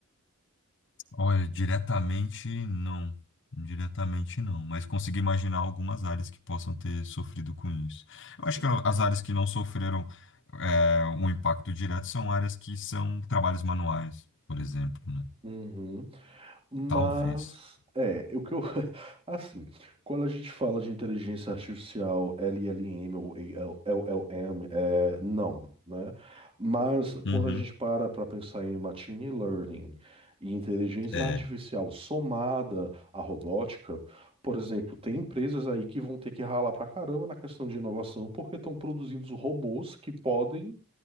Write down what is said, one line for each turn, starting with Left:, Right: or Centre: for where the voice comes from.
Left: Olha, diretamente não. Diretamente não, mas consigo imaginar algumas áreas que possam ter sofrido com isso. Eu acho
Right: Sim.
Left: que a- as áreas que não sofreram é, um impacto direto são áreas que são trabalhos manuais, por exemplo, né?
Right: Uhum. Mas
Left: Talvez.
Right: é, o que eu <laughs> assim, quando a gente fala de inteligência artificial, LLM ou AL LLM, é, não, né? Mas quando
Left: Uhum.
Right: a gente para para pensar em machine learning e inteligência
Left: É.
Right: artificial somada à robótica, por exemplo, tem empresas aí que vão ter que ralar pra caramba na questão de inovação porque estão produzindo robôs que podem